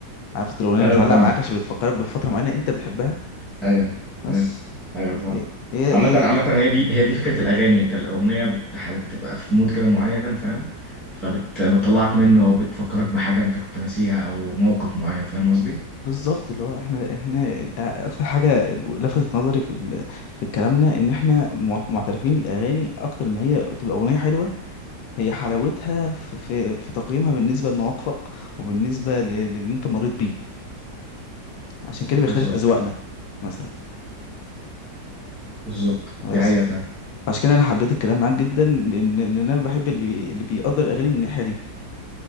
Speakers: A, on the left; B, in the centre.
A: عارف انت الاغنية اللي
B: ايوه
A: بتعلق
B: فاهم
A: معاك عشان بتفكرك بفترة معينة انت بتحبها
B: ايوه
A: بس
B: ايوه ايوه فاهم
A: هي هي
B: عامة
A: هي
B: عامة
A: دي
B: هي دي هي دي فكرة الأغاني أنت الأغنية بتح... بتبقى في مود كده معين فاهم فبتطلعك منه أو بتفكرك بحاجة أنت كنت ناسيها أو موقف معين فاهم قصدي؟
A: بالظبط اللي هو احنا احنا آه، اكتر حاجة لفتت نظري في ال... في كلامنا ان احنا مع- معترفين الاغاني اكتر ما هي تبقى اغنية حلوة هي حلاوتها في في, في تقييمها بالنسبة لمواقفك وبالنسبة ل- للي انت مريت بيه عشان كده بيختلف
B: بالظبط
A: أذواقنا مثلا
B: بالظبط
A: بس
B: دي حقيقة
A: ف-
B: فاهم
A: عشان كده أنا حبيت الكلام معاك جدا لأن لأن أنا بحب اللي اللي بيقدر الأغاني من الناحية دي